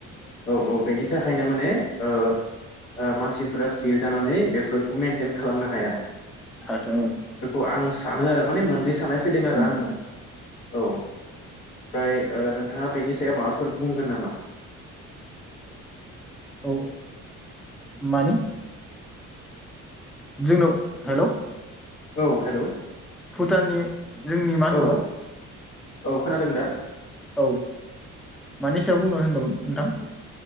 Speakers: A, on the left; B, in the centre.
A: औ औ बेनि थाखायनो माने ओ ओ मानसिफोरा फिरजानानै बेफोर खौ मेनटेन खालामनो हाया।
B: आथसा औ।
A: आं सानो आरो माने मोननै साननाय फैदों आरो
B: उम
A: आंनाव औ फ्राय ओ नोंथाङा बेनि सायाव माबाफोर बुंगोन नामा?
B: औ मानि? जोंनाव हेल
A: औ हेलौ
B: भुटाननि जोंनि मा होनदोंमोन?
A: औ औ खोनादों दा?
B: औ मानि सायाव बुंनो होनदोंमोन नोंथां?